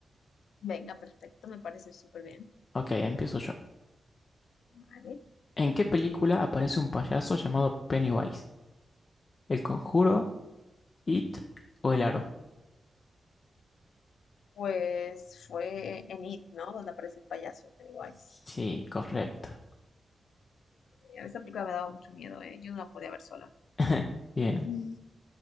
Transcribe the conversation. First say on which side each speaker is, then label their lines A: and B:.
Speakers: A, on the left; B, on the left.
A: Venga, perfecto, me parece súper bien.
B: Ok, empiezo yo.
A: Vale.
B: ¿En qué película aparece un payaso llamado Pennywise? ¿El Conjuro, It o El Aro?
A: Pues fue en It, ¿no? Donde aparece el payaso, el Pennywise.
B: Sí, correcto.
A: Eh, Esa película me daba mucho miedo, ¿eh? Yo no la podía ver sola.
B: <laughs> Bien.
A: Mm.